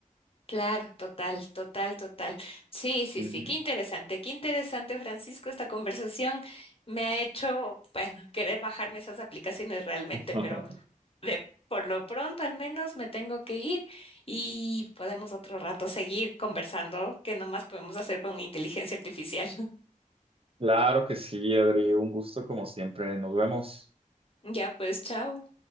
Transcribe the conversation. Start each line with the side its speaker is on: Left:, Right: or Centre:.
Left: Claro, total, total, total. Sí, sí,
Right: Ujú.
Left: sí, qué interesante, qué interesante, Francisco. Esta conversación me ha hecho, bueno, querer bajarme esas aplicaciones realmente,
Right: <laughs>
Left: pero de por lo pronto al menos me tengo que ir y podemos otro rato seguir conversando, que nomás podemos hacer con inteligencia artificial. <laughs>
Right: Claro que sí, Adri, un gusto como siempre. Nos vemos.
Left: Ya, pues, chao.